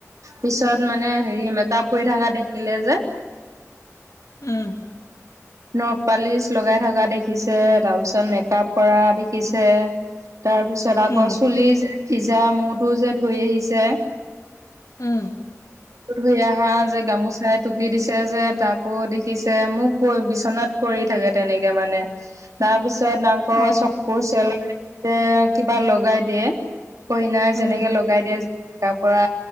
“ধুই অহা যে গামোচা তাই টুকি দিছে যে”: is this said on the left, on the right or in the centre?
Right